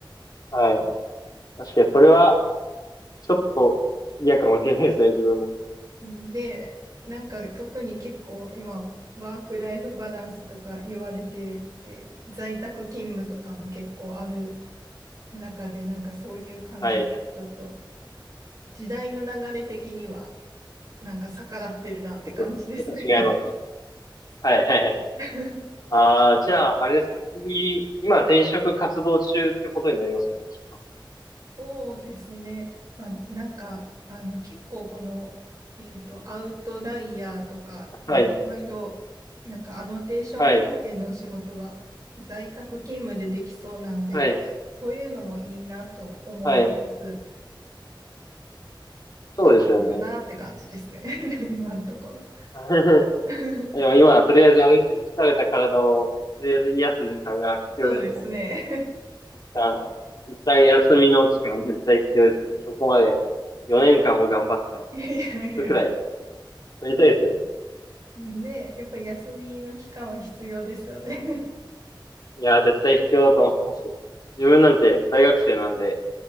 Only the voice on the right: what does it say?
で、なんか特に結構今、ワークライフバランスとか言われてて、在宅勤務とかも結構ある中で、なんかそういう感じだと、
ちょっと時代の流れ的にはなんか逆らってるなって感じですね。
<laughs>
そうですね。まあ、なんか、あの、結構この、えっと、アウトライヤーとか、まあ、
いろいろ、なんかアノテーション関係のお仕事は在宅勤務でできそうなんで、
そういうのもいいなと思いつつ、
どうしようかなって感じですね。<laughs> 今のところ。
<laughs>
そうですね。
<laughs> いやいやいや。
ねえ、やっぱり休みの期間は必要ですよね。